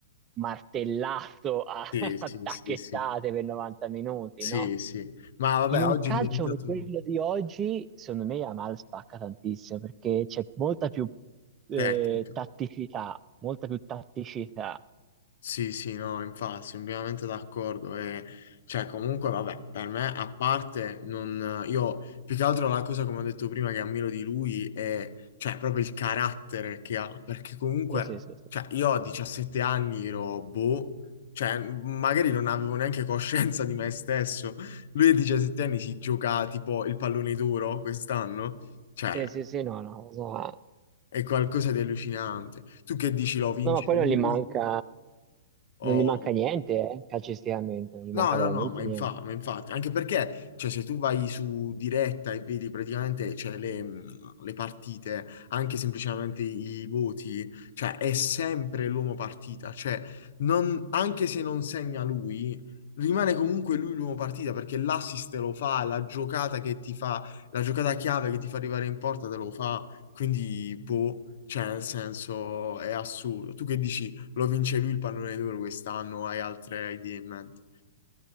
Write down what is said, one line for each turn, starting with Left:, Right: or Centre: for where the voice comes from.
Right: martellato a, <laughs>
Left: sì, sì,
Right: a tacchettate
Left: sì, sì,
Right: per 90 minuti,
Left: sì,
Right: no?
Left: sì. Ma vabbè,
Right: In un
Left: oggi
Right: calcio
Left: è diventato
Right: come quello di oggi, secondo me Yamal spacca tantissimo perché c'è molta più eh,
Left: tecnico.
Right: tatticità, molta più tatticità.
Left: Sì, sì, no, infatti, sono pienamente d'accordo. E, cioè, comunque, vabbè, per me, a parte, non, io più che altro la cosa, come ho detto prima, che ammiro di lui è, cioè, proprio il carattere che ha. Perché comunque,
Right: Sì, sì, sì, sì.
Left: cioè, io a 17 anni ero boh, cioè, magari non avevo neanche coscienza di me stesso. Lui a 17 anni si gioca tipo il pallone d'oro quest'anno. Cioè,
Right: Sì, sì, sì, no, no, cosa-
Left: è qualcosa di allucinante. Tu che dici, lo vince
Right: no, ma poi
Left: lui?
Right: non gli manca,
Left: o...
Right: non gli manca niente, eh, calcisticamente, non gli manca
Left: No,
Right: veramente
Left: no, no, ma
Right: niente.
Left: infatti, ma infatti, anche perché, cioè, se tu vai su diretta e vedi praticamente, cioè, le, mh, le partite, anche semplicemente i voti, cioè, è sempre l'uomo partita, cioè, non- anche se non segna lui, rimane comunque lui l'uomo partita, perché l'assist te lo fa, la giocata che ti fa, la giocata chiave che ti fa arrivare in porta te lo fa, quindi, boh, cioè, nel senso, è assurdo. Tu che dici, lo vince lui il pallone d'oro quest'anno, hai altre idee in mente?